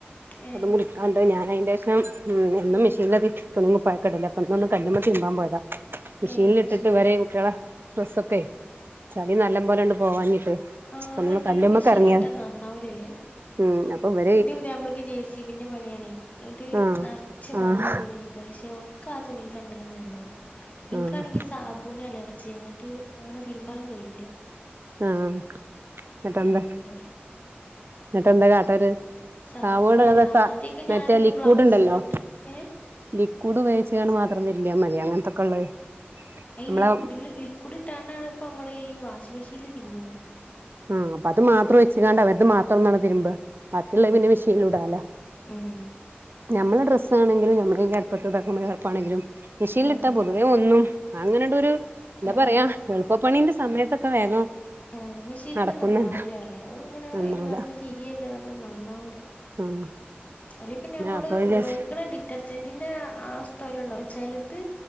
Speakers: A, on the left; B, on the right.
A: ഏ
B: അത് കുടിക്കാണ്ട് ഞാൻ അതിന്റെ ശേഷം ഉ ഒന്നും
A: ഉം
B: മെഷീനലത്- തുണുങ്ങി പായക്കടില്ലേ അപ്പൊന്ന് കല്ലുമൊക്ക തിരുമ്പാൻ പോയതാ മെഷീലിട്ടിട്ട്
A: ഏ ശരി
B: വര കുട്ടികളെ ക്കെ ചളി നല്ല പോലെയണ്ട് പോവാഞ്ഞിട്ട്
A: ആ
B: അപ്പൊ ഒന്ന്
A: ണീ
B: കല്ലുമ്മക്ക്
A: മിഷീയിലിട്ടന്നന്നാവുല
B: എറങ്ങിയതാ
A: ല്ലേ
B: ഉം അപ്പൊ ഇവരെ
A: ഇന്റെ പുതിയപ്പളക്ക് ജേസിബിന്റെ പണിയാണേ എന്നിട്ട്
B: ആഹ്
A: നിറച്ച്
B: ആഹ്
A: മണ്ണും പൊടിയെ ശ ഒക്കെ ആ തുണിൽ അങ്ങനെ തന്നെ ഉണ്ടോ നിനിക്കാണെങ്കിൽ
B: ആഹ്
A: സാബൂന് അലർജി അങ്ങ്- ത് അങ്ങനെ തീരുമ്പാനും കഴിയുല്ല
B: ആഹ് ന്ന്ട്ടന്താ
A: അതോണ്ട് പറയാ
B: ന്നിട്ടെന്താ കാട്ടര്
A: സാബൂന്
B: സാവോൾഡ് അല്ലാതെ സ
A: ആദ്യൊക്കെ
B: മറ്റേ
A: ഞാനിങ്ങനെ
B: ലിക്വിഡ്
A: ഗ്ലൗസൊക്കെ
B: ഉണ്ടല്ലോ
A: ഇട്ട് ഏ
B: ലിക്വിഡ് ഉപോഗിച്ചുകാണ്ട് മാത്രം തിരിബ്യമതി അങ്ങനത്തക്ക ഉള്ളത്
A: ഈ
B: നമ്മളെ
A: ലിക്വിഡില് ലിക്വിഡ് ഇട്ടാണ്ടാണ് ഇപ്പോ നമ്മള് ഈ വാഷിംഗ് മെഷീനിൽ തിരുബ്ണ്
B: ആഹ് അപ്പ അത് മാത്രം വെച്ച്കാണ്ട് അവരത് മാത്രംന്നാണ് തിരുമ്പാ ബാക്കിയുള്ളത്
A: ഉം
B: പിന്നെ മെഷീൻല് ഇടാല
A: ഉം
B: നമ്മളെ ഡ്രസ് ആണങ്കിലും നമ്മള് ഈ അടുപ്പത്ത്ദാക്കുമ്പോഴും വിയർപ്പാണങ്കിലും മിഷീനിൽട്ടാ
A: ഉം
B: പൊതുവേ ഒന്നു അങ്ങനെയണ്ടരു എന്താ
A: ഉം
B: പറയാ എളുപ്പപ്പണിന്റെ സമയത്തൊക്കെ വേഗം
A: ഉം മിഷ് നിലിട്ട്
B: നടക്കുന്നല്ല
A: നന്നാവൂല അറിയ അത് ഇങ്ങനെ
B: നന്നാവൂല
A: അയിൽ കടന്ന് തിരിയല്ലാതെ നന്നാവൂല
B: ആഹ്
A: അല്ലങ്കി പിന്നെ നമ്മള്
B: അപ്പൊ വിചാരിച്ച്
A: ഉപയിക്കണ ഡിറ്റ് ഡിറ്റർജന്റിൻ്റെ ആസ്ഥല ഉണ്ടാവും ചിലത്